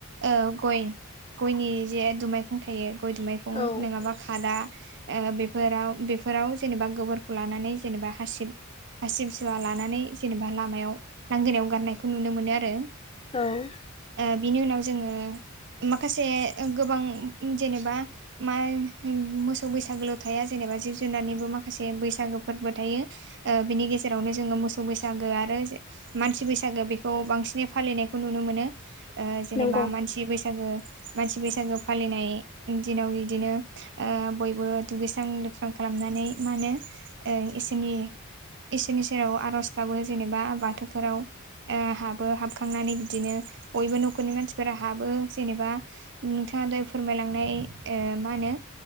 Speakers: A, on the right (about 55°); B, on the left (about 25°).
A: ओउ गय-गयनि जे दुमायखं थायो गय दुमायखं
B: औ
A: नोङाबा खादा ओह बेफोराव बेफोराव जेनेबा गोबोरखौ लानानै जेनेबा हासिब हासिबिसुवा लानानै जेनेबा लामायाव लांगोनायाव गारनायखौ नुनो मोनो आरो
B: औ
A: ओ बिनि उनाव जोङो माखासे गोबां जेनेबा मा मोसौ बैसागोल' थाया जेनेबा जिब जुनारनिबो माखासे बैसागोफोरबो थायो ओ बिनि गेजेरावनो जोङो मोसौ बैसागो आरो जे मानसि बैसागो बेखौ बांसिनै फालिनायखौ नुनो मोनो ओ जेनेबा
B: नंगौ
A: मानसि बैसागो मानसि बैसागो फालिनाय दिनाव बिदिनो ओ बयबो दुगैस्रां लोबस्रां खालामनानै मा होनो ओ इसोरनि इसोरनि सेराव आर'ज गाबो जेनेबा बाथौफोराव ओ हाबो हाबखांनानै बिदिनो बयबो न'ख खरनि मानसिफोरा हाबो जेनेबा नोंथाङा दहाय फोरमायलांनाय ओ मा होनो